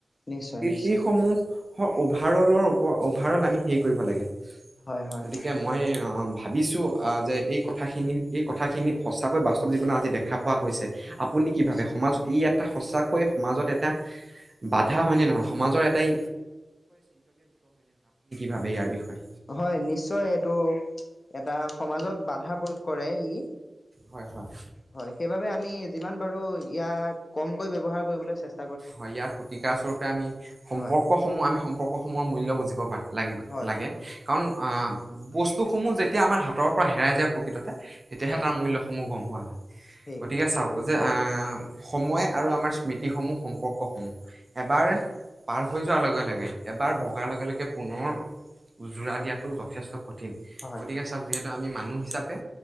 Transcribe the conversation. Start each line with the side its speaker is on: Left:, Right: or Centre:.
Left: নিশ্চয়, নিছ
Right: সেইসমূহ হয়, অভাৰ-অলৰ ওপৰত, অভাৰ-অল আমি সেই কৰিব লাগে।
Left: হয় হয়
Right: গতিকে
Left: হয়
Right: মই অ ভাবিছোঁ, যে এই কথাখিনি, এই কথাখিনি সঁচাকৈ বাস্তৱ জীৱনত আজি দেখা পোৱা গৈছে। আপুনি কি
Left: নিশ্চয়
Right: ভাবে? সমাজ এটা সঁচাকৈয়ে, সমাজত এটা, বাধা হয়নে নহয়? সমাজৰ এটাই ভাবে ইয়াৰ বিষয়ে
Left: হয় নিশ্চয়, এইটো এটা সমাজত বাধা প্ৰয়োগ কৰে ই,
Right: হয় হয়
Left: হয়, সেইবাবে আমি যিমান পাৰো ইয়াক কম কৈ ব্যৱহাৰ কৰিবলৈ চেছ
Right: হয় ইয়াৰ প্ৰতিকাৰ স্বৰূপে আমি, সম্পৰ্কসমূহ
Left: হয়
Right: আমি সম সম্পৰ্কসমূহৰ মূল্য বুজি পাবা। লাগিব
Left: হয়
Right: লাগে,
Left: হয়
Right: কাৰণ আহ বস্তুসমূহ যেতিয়া আমাৰ হাতৰ পৰা হেৰাই যায় প্ৰকৃততে। তেতিয়াহে
Left: হয়
Right: তাৰ মুল্যসমূহ গম পোৱা যায়,
Left: সেই
Right: গতিকে
Left: সেইটোৱে
Right: চাওক যে
Left: হয়
Right: আহ সময় আৰু আমাৰ স্মৃতিসমূহ সম্পৰ্ক সমূহ। এবাৰ
Left: হয়
Right: পাৰ হৈ যোৱাৰ লগে লগে। এবাৰ ভগাৰ লগে লগে পুনৰ যোৰা দিয়াতো যথেষ্ট কঠিন। কঠিন
Left: হয়
Right: গতিকে
Left: হয়
Right: চাওক যিহেতু আমি মানুহ হিচাপে